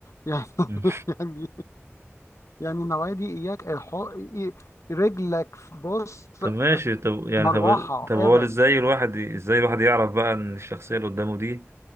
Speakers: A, on the left (about 80°); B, on the right (about 65°).
A: يعني <laughs>
B: مم.
A: يعني يعني النوعية دي اياك الحق رجلك في- بص
B: <laughs> طب ماشي طب يعني
A: مروحة
B: طب طب
A: ابعد
B: هو ازاي الواحد ازاي الواحد يعرف بقى ان الشخصية اللي قدامه دي